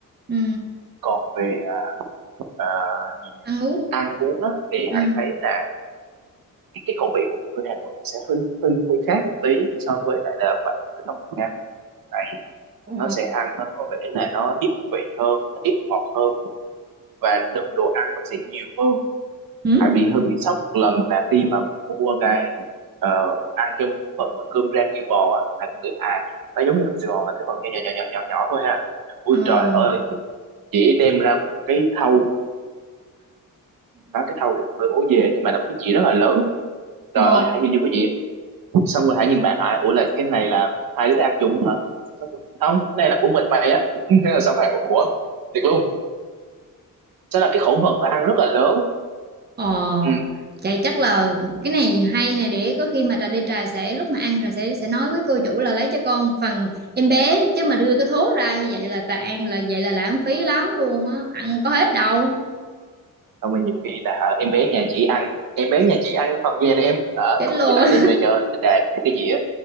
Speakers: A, on the right (about 30°); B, on the right (about 75°).
A: ừ,
B: còn về ờ, gì nhỉ?
A: ăn uống
B: ăn uống á, thì
A: ừ.
B: hãy thấy là cái, cái khẩu vị của người Hà Nội sẽ hơi hơi hơi khác một tí so với lại là khoảng ở trong miền Nam tại
A: Ờ.
B: nó sẽ ăn nó có vẻ là nó ít vị hơn ít ngọt hơn và lượng đồ ăn nó sẽ nhiều hơn
A: Ừ?
B: Hải bị hơi bị sốc một lần là khi mà mua cái ờ, ăn kêu một phần mà cơm rang như bò á Hải cũng nghĩ à nó giống như trong Sài Gòn là cái phần nhỏ nhỏ nhỏ nhỏ nhỏ nhỏ thôi ha ui
A: Ờ.
B: trời ơi chị đem ra một cái thau đó cái thau thì nó hơi ố về nhưng mà là một cái dĩa rất là lớn trời
A: Ờ.
B: ơi Hải nhìn vô cái dĩa xong rồi Hải nhìn bạn Hải ủa là cái này là hai đứa ăn chung hả không cái này là của mình mày á <laughs> Thế là xong Hải ủa thiệt luôn Thế là cái khẩu phần nó ăn rất là lớn
A: Ồ,
B: ừ
A: chạy chắc là cái này hay nè để có khi mà trà đi trà sẽ lúc mà ăn trà sẽ sẽ nói với cô chủ là lấy cho con phần em bé chứ mà đưa cái thố ra như vậy là trà ăn là vậy là lãng phí lắm luôn á, ăn có hết đâu,
B: xong rồi nhiều khi là ờ, em bé nhà chị ăn em bé nhà chị ăn phần về đây em đó
A: chết
B: xong
A: luôn.
B: rồi chị lại
A: á.
B: đem ra cho trà cái gì á